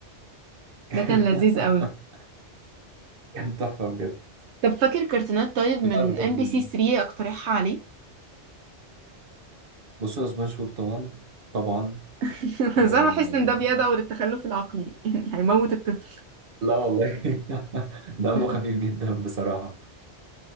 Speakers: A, on the right (about 75°); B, on the right (about 50°).
A: ده كان
B: <laughs>
A: لذيذ قوي
B: كان تحفة بجد
A: طب فاكر كرتونات طيب من
B: لا بجد
A: ام بي سي 3 اقترحها عليك
B: بصوا سبونج بوب طبعا طبعا
A: <laughs>
B: يعني
A: بس انا بحس ان ده بيدعو للتخلف العقلي يعني هيموت الطفل
B: لا والله <laughs> دمه
A: <laughs>
B: خفيف جدا بصراحة